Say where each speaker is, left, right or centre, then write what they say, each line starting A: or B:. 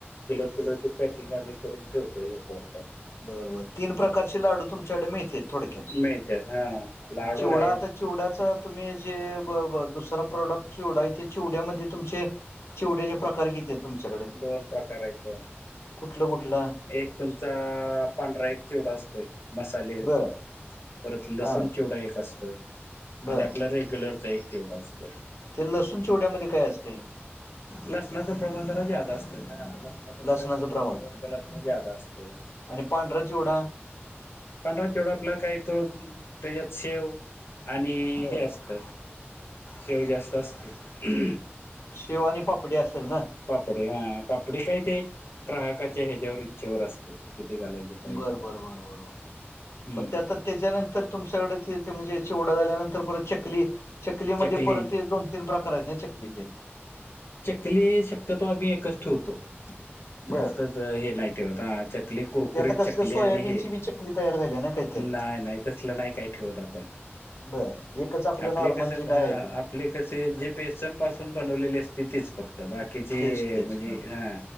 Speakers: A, on the left (about 60°); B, on the left (about 80°).
A: किलो किलोची पॅकिंग आम्ही करून ठेवतोय, हे कर
B: बर बर तीन प्रकारचे लाडू तुमच्याकडे मिळतय थोडक्यात.
A: मिळत्यात हा लाडू
B: मग चिवडा
A: आहेत
B: आता चिवड्याच तुम्ही जे दुसरा प्रोडक्ट चिवडा आहे ते चिवड्यामध्ये तुमचे चिवड्याचे प्रकार किती आहे तुमच्याकड?
A: दोन प्रकार आहेत दोन
B: कुठलं कुठलं?
A: एक तुमचा पांढरा एक चिवडा असतोय. मसाले,
B: बर
A: परत लसूण
B: हा
A: चिवडा एक असतोय
B: बर
A: आणि आपला रेग्युलर च एक चिवडा असतोय.
B: ते लसूण चिवड्यामध्ये काय असतय?
A: लसणाचं प्रमाण जरा ज्यादा असतय. ह लसणाचा
B: लसणाचं
A: जरा फ्लेवर
B: प्रमाण
A: त्याला कणी ज्यादा असतय.
B: आणि पांढरा चिवडा?
A: पांढरा चिवडा आपला काय तो, त्याच्यात शेव आणि
B: बर
A: हे असत शेव जास्त असतय.
B: शेव आणि पापडी असेल ना?
A: पापडी हा. पापडी काय ते ग्राहकाच्या ह्याच्यावर इच्छेवर असतय किती घालायचे ते. काय
B: बरं
A: घालायचे
B: बरं बरं बरं बर.
A: हम्म
B: मग त्या आता त्याच्यानंतर तुमच्याकडे ते ते म्हणजे चिवडा झाल्यानंतर परत चकली, चकलीमध्ये
A: चकली
B: परत ते दोन तीन प्रकार आहेत ना चकलीचे?
A: चकली शक्यतो आम्ही एकच ठेवतो. जास्त
B: बर
A: हे नाही ठेवत ह चकली कुरकुरीत
B: ते आता कसलं
A: चकली
B: सोयाबीनची
A: आणि हे,
B: बी चकली तयार झाली ना काहीतरी.
A: नाय नाय तसल नाही का ठेवत आपण.
B: बर एकच आपलं
A: आपले
B: नॉर्मल
A: कस ह
B: जे काय आहे ते
A: आपले कसे जे बेसन पासून बनवलेले असते तेच फक्त. बाकीचे
B: तेच तेच
A: म्हणजे हा